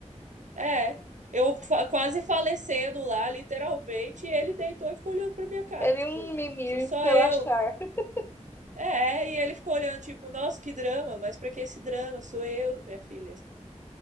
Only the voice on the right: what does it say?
É, eu fa- quase falecendo lá, literalmente. E ele deitou e ficou olhando pra minha cara.
Tipo,
sou só
eu.
É, e ele ficou olhando, tipo, nossa, que drama. Mas pra que esse drama? Sou eu, minha filha.